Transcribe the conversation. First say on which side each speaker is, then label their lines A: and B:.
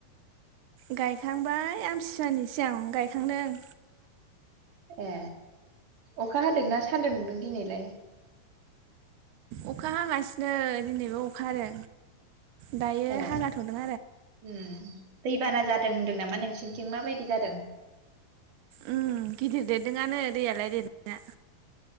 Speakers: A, on the right (about 80°); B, on the right (about 55°).
A: गायखांबाय आमथिवानि सिगां गायखांदों।
B: ए अखा हादोंना सान्दुं दुंदों दिनैलाय?
A: अखा हागासिनो दिनैबो अखा आरो। दायो
B: ए
A: हागाथ'दों
B: ओम दैबाना जादों होनदों नामा नों नोंसिनिथिं माबायदि जादों?
A: उम गिदिर देरदोंआनो दैयालाय देरनाया।